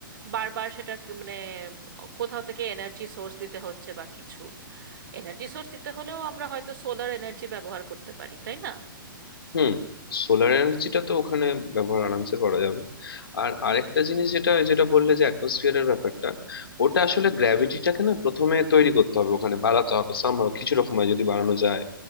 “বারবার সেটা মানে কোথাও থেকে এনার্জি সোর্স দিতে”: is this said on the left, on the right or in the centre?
Right